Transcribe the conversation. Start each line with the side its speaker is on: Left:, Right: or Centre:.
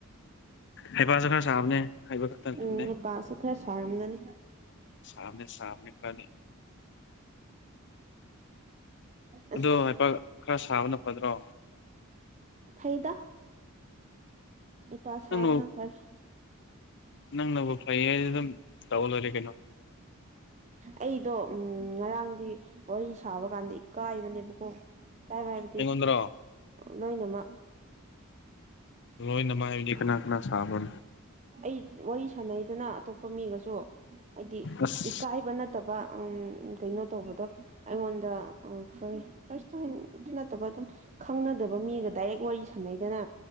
Left: ꯍꯩꯄꯥ ꯁ ꯈꯔ ꯁꯥꯕꯅꯦ ꯍꯩꯕ ꯈꯛꯇ ꯅꯠꯇꯕꯅꯦ
Right: ꯎꯝ ꯍꯩꯄꯥꯁꯨ ꯈꯔ ꯁꯥꯔꯝꯒꯅꯤ
Left: ꯁꯥꯕꯅꯦ ꯁꯥꯕꯅꯦ ꯈꯔꯗꯤ
Right: ꯑꯁ
Left: ꯑꯗꯣ ꯍꯩꯄꯥ ꯈꯔ ꯁꯥꯕꯅ ꯐꯗ꯭ꯔꯣ
Right: ꯐꯩꯗꯥ ꯍꯩꯄꯥ ꯁꯥꯕꯅ
Left: ꯅꯪꯅ
Right: ꯐꯔꯦ
Left: ꯅꯪꯅꯕꯨ ꯐꯩ ꯍꯥꯏꯗꯤ ꯗꯨꯝ ꯇꯧ ꯂꯣꯏꯔꯦ ꯀꯩꯅꯣ
Right: ꯑꯩꯗꯣ ꯎꯝ ꯉꯔꯥꯡꯗꯤ ꯋꯥꯔꯤ ꯁꯥꯕ ꯀꯥꯟꯗ ꯏꯀꯥꯏꯕꯅꯦꯕꯀꯣ ꯏꯀꯥꯏꯕ ꯍꯥꯏꯕꯗꯤ
Left: ꯑꯩꯉꯣꯟꯗꯔꯣ
Right: ꯂꯣꯏꯅꯃꯛ
Left: ꯂꯣꯏꯅꯃꯛ ꯍꯥꯏꯕꯗꯤ ꯀꯅꯥ ꯀꯅꯥ ꯁꯥꯕ꯭ꯔꯥ
Right: ꯑꯩ ꯋꯥꯔꯤ ꯁꯥꯟꯅꯩꯗꯅꯥ ꯑꯇꯣꯞꯄ ꯃꯤꯒꯁꯨ ꯍꯥꯏꯗꯤ
Left: ꯑꯁ
Right: ꯏꯀꯥꯏꯕ ꯅꯠꯇꯕ ꯎꯝ ꯀꯩꯅꯣ ꯇꯧꯕꯗꯣ ꯑꯩꯉꯣꯟꯗ ꯑꯣ ꯐꯔꯦ ꯐꯥꯔꯁ ꯇꯥꯏꯝ ꯗꯤ ꯅꯠꯇꯕ ꯑꯗꯨꯝ ꯈꯪꯅꯗꯕ ꯃꯤꯒ ꯗꯥꯏꯔꯦꯛ ꯋꯥꯔꯤ ꯁꯥꯟꯅꯩꯗꯅꯥ